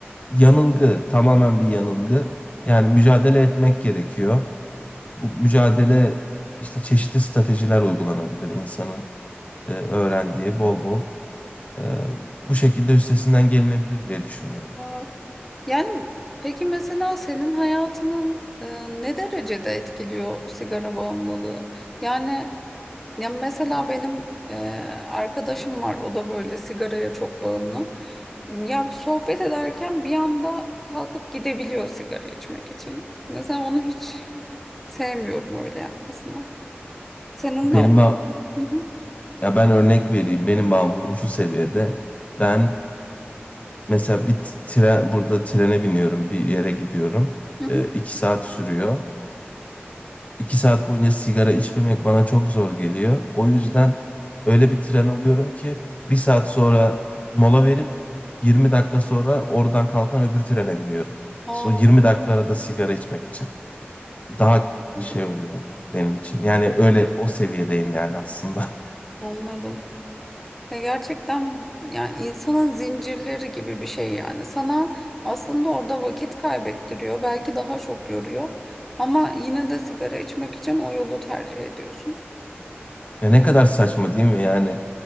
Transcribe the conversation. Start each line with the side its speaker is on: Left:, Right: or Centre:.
Left: Yanılgı, tamamen bir yanılgı. Yani mücadele etmek gerekiyor. Bu mücadele işte çeşitli stratejiler uygulanabilir insanın e, öğrendiği bol bol. E, bu şekilde üstesinden gelinebilir diye düşünüyorum.
Centre: Aa, Yani peki mesela senin hayatının eee, ne derecede etkiliyor sigara bağımlılığı? Yani Ya mesela benim e, arkadaşım var. O da böyle sigaraya çok bağımlı. Ya sohbet ederken bir anda kalkıp gidebiliyor sigara içmek için. Mesela onu hiç sevmiyorum öyle yapmasını. Senin
Left: Benim
Centre: de o.
Left: ba-
Centre: Hı hı,
Left: Ya ben örnek vereyim. Benim bağımlılığım şu seviyede. Ben mesela bir t- tren, burada trene biniyorum, bir yere gidiyorum.
Centre: hı hı.
Left: Ee, iki saat sürüyor. İki saat boyunca sigara içmemek bana çok zor geliyor. O yüzden öyle bir tren alıyorum ki bir saat sonra mola verip 20 dakika sonra oradan kalkan öbür trene biniyorum.
Centre: Aa,
Left: İşte o 20 dakika arada sigara içmek için. Daha
Centre: anladım.
Left: şey oluyor benim için. Yani öyle o seviyedeyim yani aslında.
Centre: Anladım. Ya gerçekten yani insanın zincirleri gibi bir şey yani. Sana aslında orada vakit kaybettiriyor. Belki daha çok yoruyor. Ama yine de sigara içmek için o yolu tercih ediyorsun.
Left: Ya ne kadar saçma değil mi? Yani